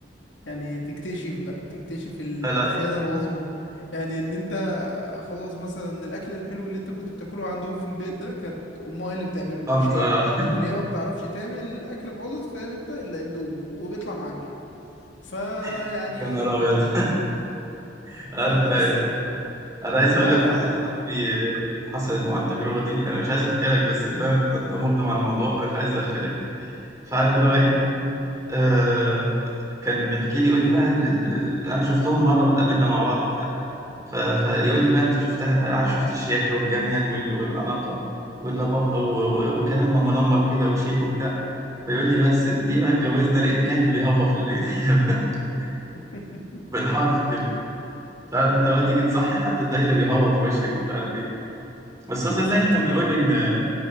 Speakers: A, on the left (about 75°); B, on the right (about 15°).
A: يعني تكتشف بقى تكتشف ال-
B: لا
A: الخيانة
B: لا
A: العظمى يعني ان انت خلاص مثلا الاكل الحلو اللي انت كنت بتاكله عندهم في البيت ده كانت امها هي اللي بتعمله
B: انت
A: مش هي
B: آه.
A: وان هي ما بتعرفش تعمل اكل خالص فاهم انت الا اندومي وبيطلع معجن فيعني
B: <laughs> يا نهار ابيض <laughs>
A: <laughs>
B: انا
A: فبس
B: فاهم
A: ف-
B: انا عايز
A: هو
B: اقول لك
A: ال...
B: واحد صاحبي آه، حصلت معاه التجربه دي انا مش عايز احكي لك بس فاهم
A: مم.
B: انت أنت مقدم على الموضوع فمش عايز اقفلك فعارف اللي هو
A: مم.
B: ايه آه كان بيحكي لي يقول لي بقى ال- ال- انا شفتهم مره واتقابلنا مع بعض وبتاع ف... فيقول لي بقى انت شفتها بقى عارف شفت الشياكه والجمال وال... والاناقه واللباقه و... و... وكلامها منمق كده وشيك وبتاع فيقول لي بس دي بقى اتجوزنا لقيت كلب بيهوهو في البيت <laughs>
A: <laughs>
B: بالحرف كده انت عارف انت لو تيجي تصحي حد تلاقيه اللي بيهوهو في وشك ومش عارف ايه بس هو
A: يا
B: صدقني
A: ساتر
B: كان بيقول لي ان